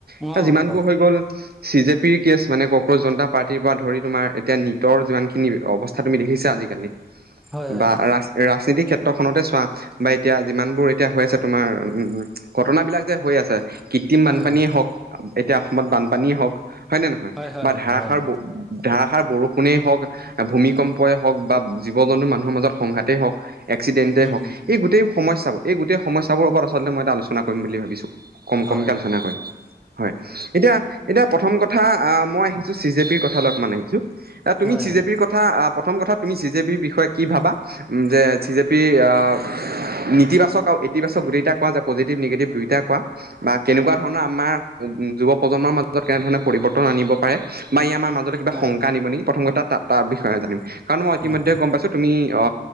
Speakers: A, on the right; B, in the centre.
A: এতিয়া
B: অ
A: যিমানবোৰ
B: ক
A: হৈ গল, চি জে- পি কেছ, মানে কক্ৰজ জনতা পাৰ্টিৰ পৰা ধৰি তোমাৰ এতিয়া নিটৰ যিমানখিনি অৱস্থা তুমি দেখিছা আজিকালি-
B: হয় হয়
A: বা, ৰা -ৰাজনীতি ক্ষেত্ৰখনতে চোৱা। বা এতিয়া যিমানবোৰ এতিয়া হৈ আছে, তোমাৰ উম, ঘটনাবলাক যে হৈ আছে। কৃত্ৰিম
B: হয়
A: বানপানীয়ে হওঁক, এতিয়া অসমত বানপানীয়ে হওঁক। হয় নে নহয়?
B: হয়
A: বা
B: হয়
A: ধাৰষাৰ-
B: হয় হয়
A: ধাৰষাৰ বৰষু- ষুণে হওঁক, ভূমিকম্পই হওঁক বা জীৱ-জন্তু মানুহৰ মাজত সংঘাতেই হওঁক, - এক্সিডেণ্টেই
B: উম
A: হওঁক, এই গোটেই সমস্যাবোৰ এই গোটেই সমস্যাবোৰৰ ওপৰত আচলতে মই এটা আলোচনা কৰিম বুলি ভাবিছোঁ। কম কমকে
B: হয় হয়
A: আলোচনা কৰিম, হয়। এতিয়া, এতিয়া প্ৰথম কথা- কথা অঁ, মই আহিছো চি জে পিৰ কথা লৈ অকমান আহিছো। তুমি
B: হয়
A: চি
B: হয়
A: জে
B: হয়
A: পিৰ কথা- কথা প্ৰথম কথা তুমি চি জে পিৰ বিষয়ে কি ভাবা, যে চি জে পিৰ অঁ, - নিতিবাচক আৰু ইতিবাচক গোটেইটা কোৱা যে পজিটিভ, নিগেটিভ দুই- এতিয়া কোৱা বা কেনেকুৱা ধৰণৰ আমাৰ যুৱ প্ৰজন্মৰ মাজত কেনে ধৰণৰ- পৰিৱৰ্তন আনিব পাৰে বা ই আমাৰ মাজলৈ কিবা
B: হয়
A: শংকা নিব নেকি? প্ৰথম কথা- তা- তাৰ বিষয়ে জানিম। কাৰণ মই
B: হয়
A: ইতিমধ্যে গম পাইছোঁ তুমি-